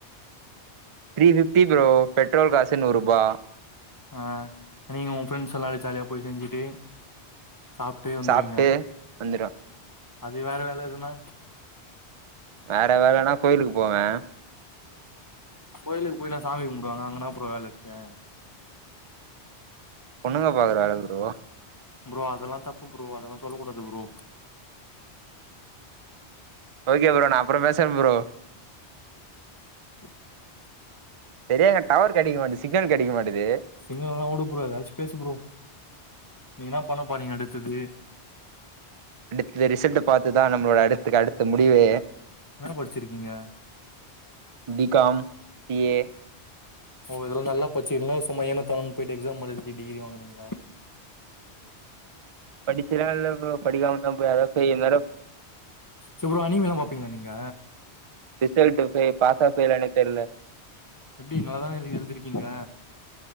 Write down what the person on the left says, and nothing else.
ஆஹ் நீங்க உங்க ஃப்ரெண்ட்ஸெல்லா ஜாலியா போய் செஞ்சுட்டு சாப்ட்டே வந்துருவீங்க
அது வேற வேல எதுன்னா
கோயிலுக்கு போய் நா சாமி கும்டுவாங்க அங்கனா போற என்ன வேல இருக்கு
புரோ அதெல்லா தப்பு புரோ அதெல்லாம் சொல்லகூடாது புரோ
<unintelligible>
சிங்களல்லா வுடு ப்ரோ ஏதாச்சு பேசு ப்ரோ நீங்க என்ன பண்ண போறீங்க அடுத்தது
என்ன படுச்சுருக்கீங்க
ஓ இதெல்லா நல்லா பச்சிங்களா சும்மா ஏனோதானோனு போய்ட்டு எக்ஸாம் பண்ணிட்டு டிகிரி வாங்னீங்ளா
சு அனிமில்லா பாப்பீங்ளா நீங்க
எப்டி நல்லாதானே எ எழுதியிருக்கீங்க